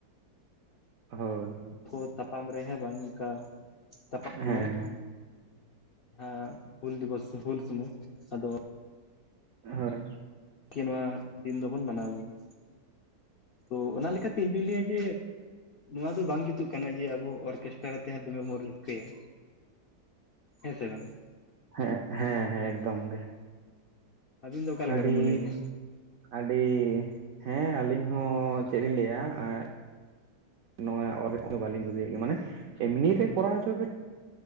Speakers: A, on the right; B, on the left.
A: ᱦᱳᱭ᱾
B: ᱠᱚ ᱛᱟᱯᱟᱢ ᱨᱮ ᱦᱮᱸ ᱵᱟᱝ ᱚᱝᱠᱟ ᱛᱟᱯᱟᱢ ᱥᱩᱢᱟᱹᱭ᱾
A: ᱦᱮᱸ
B: ᱦᱮᱸ ᱦᱩᱞ ᱫᱤᱵᱚᱥ ᱦᱩᱞ ᱥᱩᱢᱟᱹᱭ ᱟᱫᱚ᱾
A: ᱦᱳᱭ᱾
B: ᱠᱤ ᱱᱚᱣᱟ ᱫᱤᱱ ᱫᱚᱵᱚᱱ ᱢᱟᱱᱟᱣ ᱜᱮᱭᱟ᱾ ᱛᱚ ᱚᱱᱟ ᱞᱮᱠᱟᱛᱮ ᱤᱧᱫᱩᱧ ᱞᱟᱹᱭᱟ ᱡᱮ᱾ ᱱᱚᱣᱟ ᱫᱚ ᱵᱟᱝ ᱡᱩᱛᱩᱜ ᱠᱟᱱᱟ ᱡᱮ ᱟᱵᱚ ᱚᱨᱠᱮᱥᱴᱟᱨ ᱟᱛᱮ ᱦᱟᱸᱜ ᱫᱚᱢᱮ ᱵᱚᱱ ᱨᱟᱹᱥᱠᱟᱹᱭᱟ᱾ ᱦᱮᱸ ᱥᱮ ᱵᱟᱝ?
A: ᱦᱮᱸ ᱦᱮᱸ ᱮᱠᱫᱚᱢ ᱜᱮ᱾
B: ᱟᱹᱵᱤᱱ ᱫᱚ ᱚᱠᱟ ᱞᱮᱠᱟ
A: ᱟᱰᱤ
B: ᱵᱤᱱ ᱢᱚᱱᱮ ᱜᱮᱭᱟ
A: ᱟᱰᱤ ᱦᱮᱸ ᱟᱞᱤᱧ ᱦᱚᱸ ᱪᱮᱜ ᱞᱤᱧ ᱞᱟᱹᱭᱟ ᱮᱸ᱾ ᱱᱚᱣᱟ <unintelligible> ᱵᱟᱞᱤᱧ ᱠᱩᱥᱤᱭᱟᱜ ᱜᱮᱭᱟ ᱢᱟᱱᱮ ᱮᱢᱱᱤ ᱨᱮ ᱠᱚᱨᱟᱣ ᱦᱚᱪᱚᱭ ᱯᱮ᱾